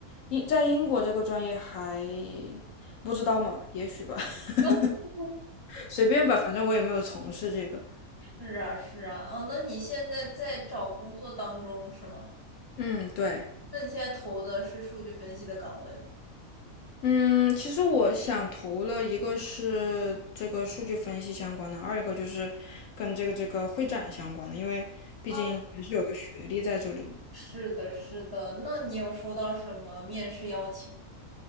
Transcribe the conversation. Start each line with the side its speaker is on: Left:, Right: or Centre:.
Left: 英在英国这个专业还不知道嘛，也许吧，<laughs>
Right: <laughs>
Left: 随便吧，反正我也没有从事这个。
Right: 是啊，是啊，哦，那你现在在找工作当中是吗？
Left: 嗯，对。
Right: 那你现在投的是数据分析的岗位吗？
Left: 嗯，其实我想投了一个是这个数据分析相关的，二一个就是跟这个这个会展相关的，因为毕竟还是有个学历在这里嘛。
Right: 啊，是的，是的。那你有收到什么面试邀请吗？